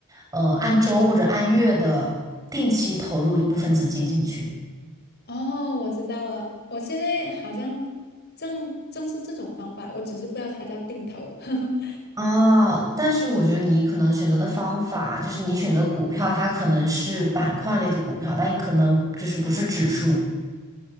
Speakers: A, on the right; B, on the left.
A: 呃按周或者按月的定期投入一部分资金进去。
B: 哦，我知道了，我现在好像正正是这种方法，我只是不知道它叫定投。<laughs>
A: 啊，但是我觉得你可能选择的方法，就是你选择股票，它可能是板块类的股票，但也可能就是不是指数。